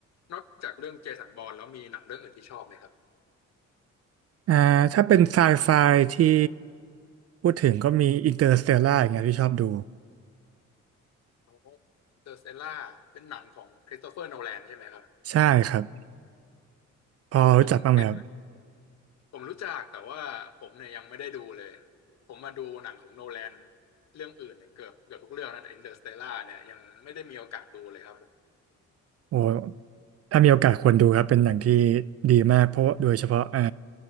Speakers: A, on the left (about 60°); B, on the right (about 55°).
A: นอกจากเรื่องเจสันบอลแล้วมีหนังเรื่องอื่นที่ชอบไหมครับ
B: อ่าถ้าเป็นไซไฟที่พูดถึงก็มีอินเตอร์สเตลล่าอย่างเงี้ยที่ชอบดู
A: โอ้อินเตอร์สเตลล่าเป็นหนังของคริสโตเฟอร์โนแลนใช่ไหมครับ
B: ใช่ครับพอรู้จักบ้างไหมครับ
A: ผมเสร็จผมรู้จักแต่ว่าผมเนี่ยยังไม่ได้ดูเลยผมมาดูหนังของโนแลนเรื่องอื่นเนี่ยเกือบเกือบทุกเรื่องนะแต่อินเตอร์สเตลล่าเนี่ยยังไม่ได้มีโอกาสดูเลยครับ
B: โอ้ถ้ามีโอกาสควรดูครับเป็นหนังที่ดีมากเพราะโดยเฉพาะอ่า